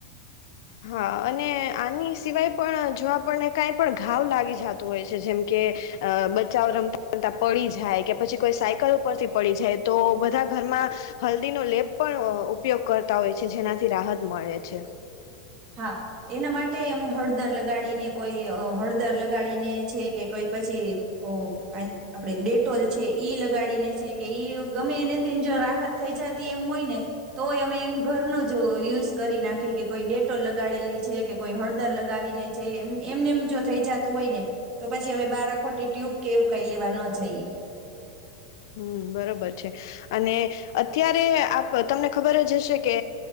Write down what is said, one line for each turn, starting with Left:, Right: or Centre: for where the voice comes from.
Left: હા, અને આની સિવાય પણ જો આપણને કાંઈ પણ ઘાવ લાગી જતું હોય છે. જેમ કે બ બચાવો રમતા રમતા પડી જાય. જાય કે પછી કોઈ સાયકલ ઉપરથી પડી જાય. તો બધા ઘરમાં હલ્દીનો લેપ પણ ઉપયોગ કરતા હોય છે, જેનાથી રાહત મળે છે.
Right: હા એના માટે અમે હળદર લગાડીને કોઈ હળદર લગાડીને છે, કે કોઈ પછી આપણે ડેટોલ છે, ઈ લગાડીને છે, કે ઈ ગમે એનેથી જો રાહત થઈ જતી એમ હોય ને તોય અમે એમ ઘરનો જ યુઝ કરી નાખી કે કોઈ ડે લગાડેલી છે, કે કોઈ હળદર લગાવીને છે, એમને એમ જો થઈ જતું હોય ને તો પછી અમે બાર ખોટી ટ્યુબ કે એવું કઈ લેવા ન જઈએ.
Left: હમ, બરોબર છે. અને અત્યારે આપ તમને ખબર જ હશે કે